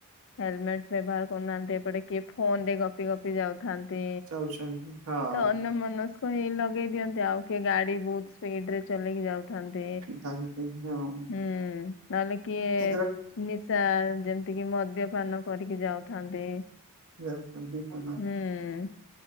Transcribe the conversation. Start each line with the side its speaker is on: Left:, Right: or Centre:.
Left: ହେଲମେଟ୍ ବ୍ୟବହାର କରୁନାହାନ୍ତି ଏପଟେ କିଏ ଫୋନରେ ଗପି ଗପି ଯାଉଥାନ୍ ତି
Right: ଯାଉଛନ୍ତି ହଁ
Left: ତ ଅନ୍ୟ ମନସ୍କ ହେଇ ଲଗେଇ ଦିଅନ୍ତି ଆଉ କିଏ ଗାଡି ବୋହୁତ ସ୍ପିଡରେ ଚଲେଇକି ଯାଉଥାନ୍ତି
Right: ଥାନ୍ତି ହଁ
Left: ହୁଁ। ନହେଲେ କିଏ
Right: ଏଇଦ୍ଵାରା
Left: ନିଶା ଯେମତି କି ମଦ୍ୟପାନ କରିକି ଯାଉଥାନ୍ତି।
Right: ଯାଉଛନ୍ତି <unintelligible>
Left: ହୁଁ